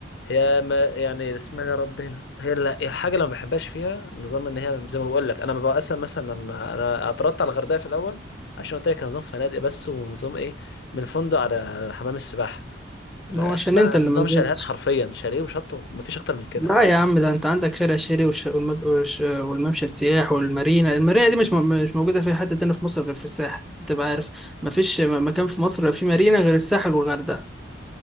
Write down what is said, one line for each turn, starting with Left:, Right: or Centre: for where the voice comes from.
Left: هي ما يعني اسمها يا رب هنا. هي ال- الحاجه اللي ما بحبهاش فيها نظام ان هي زي ما بقول لك انا ببقى اصلا مثلا لما انا اعترضت على الغردقه في الاول عشان قلت لك كان نظام فنادق بس ونظام ايه من الفندق على على حمام السباحه
Centre: هو عشان
Left: بقى
Centre: انت اللي
Left: نظام
Centre: ما نزلتش
Left: شاليهات حرفيا شاليه وشط مفيش اكتر من كده
Centre: لا
Left: فاهم
Centre: يا عم ده انت عندك شارع شيري والش... والمب... والش... والممشى السياح والمارينا المارينا دي مش م... مش موجوده في حته تانية في مصر غير في الساحل انت بقى عارف مفيش م- مكان في مصر في مارينا غير الساحل والغردقه